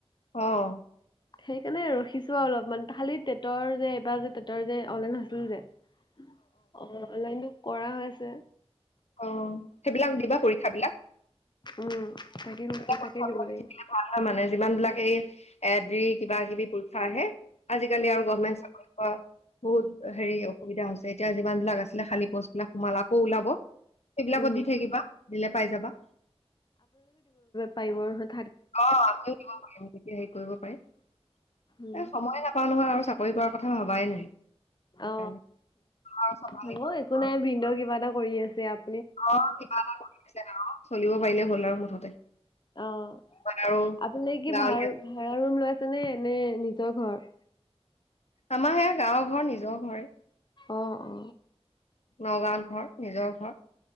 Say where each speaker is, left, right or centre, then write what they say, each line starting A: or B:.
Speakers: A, on the left; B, on the left.
A: আহ।
B: সেইকাৰণে ৰখিছো আৰু অলপমান খালি তেটটৰ যে এইবাৰ যে তেতৰ যে অন লাইন অ অনলাইনটো কৰা হৈ আছে।
A: অ সেইবিলাক দিবা পৰীক্ষাবলাক
B: উম। তাকে কৈছো
A: পৰা পক্ষ
B: তাকে দিব
A: বিলাক
B: লাগিব
A: ভাল হয় মানে যিমান বিলাক এই এ দি কিবা কিবি চে আজিকালি
B: উম
A: আৰু গমেন্ট চৰি বহুত হেৰি অসুবিধা হৈছে। এতিয়া যিমান বিলাক আছিলে খাল পষ্টবাক সোমালক। কৌ ওলাব সেইবিলাকত
B: উম
A: দি থাকিবা দিলে পাই যাবা।
B: পাৰ
A: অ আমিও দিব পাৰিমতিয়া হেৰি কৰিব পাৰিম
B: উম
A: এ সময়ে নাপাওঁ নহয় আৰু- চাকৰি কৰাৰ কথা ভবাই নাই। সেইকাৰণে
B: অ
A: আৰু চম্ভালিব
B: হব
A: লাগিব
B: একো নাই
A: আৰু
B: ভিন্দ কিবা এটা কৰি আছে আ-
A: অ' কিবা এটা কৰি আছে অ' চলিব পাৰিলে হ'ল আৰু মুঠতে।
B: অহ,
A: আৰু
B: আপুনি কি
A: গাঁৱলীয়া
B: ভা় -ভাড়া ৰুম লৈছে? <unintelligible> তেনে নে নিজৰ ঘৰ?
A: আমাৰ সেয়া গাঁৱৰ ঘৰ নিজৰ ঘৰে।
B: আহ অ
A: নগাঁৱত ঘৰ নিজৰ ঘৰ।